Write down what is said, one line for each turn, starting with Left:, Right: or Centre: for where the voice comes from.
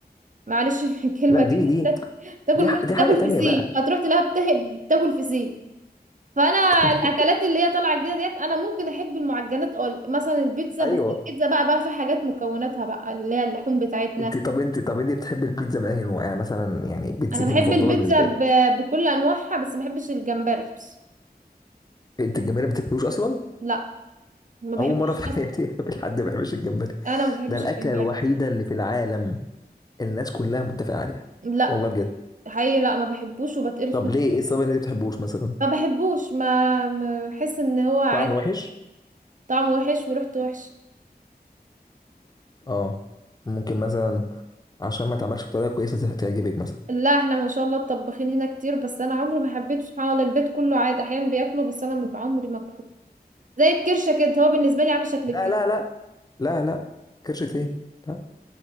Right: معلش <laughs> في الكلمه
Left: لا دي
Right: كده
Left: دي
Right: بتاك- بتاكل
Left: دي ح-
Right: مش
Left: دي
Right: بتاكل
Left: حاجه تانية
Right: فسيخ
Left: بقى
Right: هتروح تلاقيها بتا- بتاكل فسيخ فانا
Left: <laughs>
Right: الاكلات اللي هي طالعه جديده ديت انا ممكن احب المعجنات اه مثلا البيتزا
Left: ايوه
Right: بس البيتزا بقى بقى في حاجات مكوناتها بقى اللي هي اللحوم بتاعتنا
Left: انت طب انت طب انت بتحبي البيتزا من اي نوع يعني مثلا يعني بيتزا
Right: انا بحب
Left: المفضله
Right: البيتزا
Left: بالنسبه
Right: ب...
Left: لك
Right: بكل انواعها بس ما بحبش الجمبري بس
Left: انت الجمبري ما بتاكلوش اصلا
Right: لا ما بحبش
Left: اول مره في حياتي
Right: اصلا
Left: <laughs> اقابل حد ما بيحبش الجمبري
Right: انا ما بحبش
Left: ده الاكله
Right: الجمبري
Left: الوحيده اللي في العالم الناس كلها متفقه عليها
Right: لا
Left: والله بجد
Right: حقيقي لا ما بحبوش وبتقرف
Left: طب
Right: منه
Left: ليه ايه السبب ان انت ما بتحبوش مثلا
Right: ما بحبوش ما ما- بحس ان هو عادي
Left: طعم وحش
Right: طعمه وحش وريحته وحش
Left: اه ممكن مثلا عشان ما اتعملش بطريقه كويسه زي- تعجبك مثلا
Right: لا احنا ما شاء الله الطباخين هنا كتير بس انا عمري ما حبيت سبحان الله البيت كله عادي احيانا بياكله بس انا ما عمري ما باكله زي الكرشه كده هو بالنسبه لي عامل شكل
Left: لا
Right: الكرش
Left: لا لا لا لا كرشة ايه لا